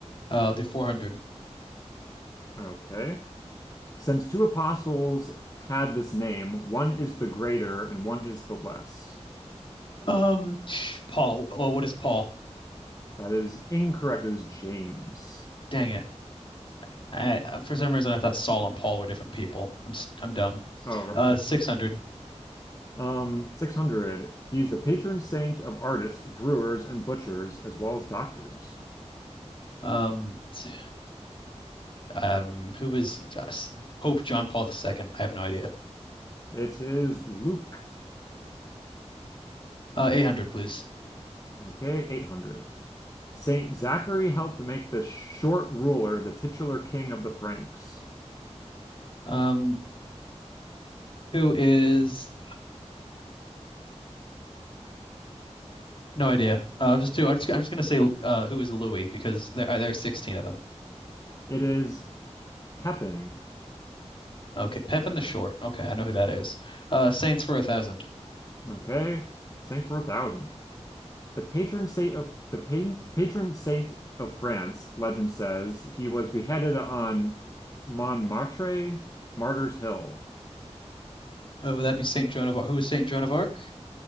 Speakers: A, on the left; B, on the left.
A: Uh, I'll do 400.
B: Okay. Since two apostles had this name, one is the greater and one is the less.
A: Um, Paul. Well, what is Paul?
B: That is incorrect. It is James.
A: Dang it! I, uh, for some reason, I thought Saul and Paul were different people. I'm s- I'm dumb.
B: Oh, right.
A: Uh,
B: <laughs>
A: six hundred.
B: Um, 600. He's the patron saint of artists, brewers, and butchers, as well as doctors.
A: Um, t- um, who was uh, s- Pope John Paul II? I have no idea.
B: It is Luke.
A: Uh, eight hundred, please.
B: Okay, 800. Saint Zachary helped make the short ruler the titular king of the Franks.
A: Um, who is? No idea. Uh, I'll just do. I'm just I'm just gonna say uh, who is Louis because there uh, there are sixteen of them.
B: It is Pepin.
A: Okay, Pepin the Short. Okay, I know who that is. Uh, Saints for a thousand.
B: Okay, thanks for a thousand. The patron saint of the pa- patron saint of France, legend says, he was beheaded on Montmartre, Martyrs Hill.
A: Uh, would that be Saint Joan of Arc? Who is Saint Joan of Arc?